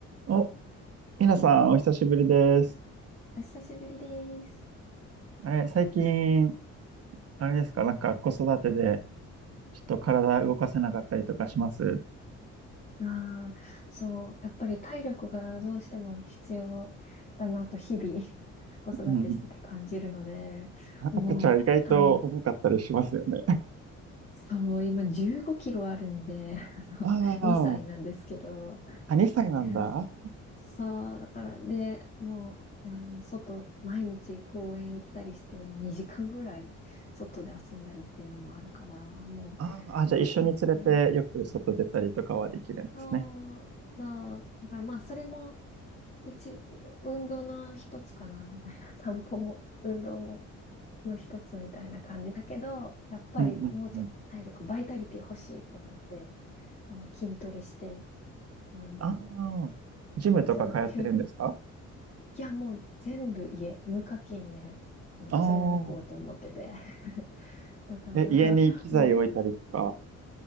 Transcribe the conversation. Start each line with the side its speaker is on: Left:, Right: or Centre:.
Right: お、みなさん、お久しぶりです。
Left: お久しぶりです。
Right: あれ、最近、あれですか、なんか子育てで、ちょっと体動かせなかったりとかします
Left: ああ、そう、やっぱり体力がどうしても必要だなと日々 <laughs> 子育てしてて感じるので、
Right: うんうん。
Left: もう、
Right: 赤ちゃん意外と重かったりしますよね。
Left: あの、そう、今15キロあるんで、<laughs> あの、
Right: ああ、
Left: 2歳なんですけど、
Right: あ、2歳なんだ。
Left: いやそう、だから、で、もう、あの、外、毎日公園行ったりして2時間ぐらい外で遊んだりっていうのもあるから、もう、
Right: ああ、あじゃあ一緒に連れてよく外出たりとかはできるんですね。
Left: 最近はそうそう。だからまあ、それも一、運動の一つかな、みたいな。<laughs> 散歩も、運動も、の一つみたいな感じだけど、やっぱりもうちょっと体力、
Right: うんうんうん。
Left: バイタリティ欲しいって思って、あの、筋トレして、あの、
Right: ああ、ジムとか通ってるんですか
Left: そう、けどいや、もう全部家、無課金で、もう貫こうと思ってて。
Right: ああ、
Left: <laughs> だから、
Right: え、家に機材置いたりとか。
Left: も